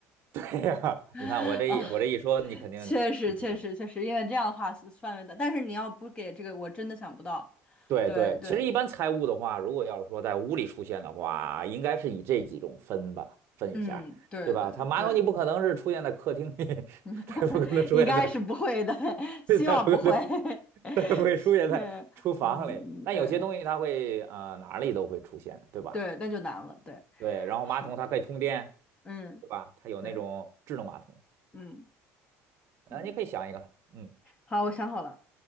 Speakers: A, on the right; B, on the left.
A: <laughs> 哎呀你看我这一我这一说，
B: <laughs> 啊，
A: 你肯定就知道
B: 确实，确实，确实，因为这样的话是范围的，但是你要不给这个，我真的想不到。
A: 对对，
B: 对对，
A: 其实一般财务的话，如果要是说在屋里出现的话，应该是以这几种分吧，分一下，
B: 嗯，对对对，
A: 对吧？它马桶你不可能是出现在客厅里，<laughs>
B: <laughs>
A: 它也不可能出现在，
B: 应该是不会的，<laughs>
A: <laughs>
B: 希望不会。
A: 它也不可能，
B: <laughs>
A: 它也不会出现在厨房里。
B: 是，嗯，
A: 但有些东西它会啊，
B: 对
A: 哪里都会出现，对吧？
B: 对，那就难了。对，
A: 对，然后马桶它可以通电，
B: 好，嗯，
A: 对吧？它有那种智能马桶，
B: 对，嗯
A: 啊，
B: 嗯，
A: 你可以想一个，嗯，
B: 好，我想好了。